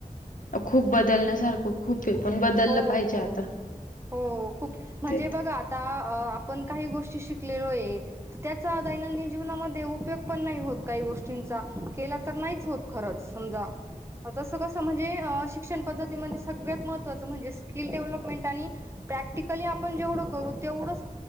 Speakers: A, on the left (about 65°); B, on the right (about 20°).
A: खूप बदलण्या सारखं खूप ते पण बदललं
B: हो
A: पाहिजे
B: हो
A: आता
B: हो खूप म्हणजे
A: तेच
B: बघा आता आपण काही गोष्टी शिकलेलो आहे तर त्याचा दैनंदिन जीवनामध्ये उपयोग पण नाही होत का गोष्टींचा केला तर नाहीच होत खरंच समजा तसं कसं म्हणजे शिक्षण पद्धतीमध्ये सगळ्यांत महत्त्वाच स्किल डेव्हलपमेंट आणि प्रॅक्टिकली जेवढ आपण करू तेवढेच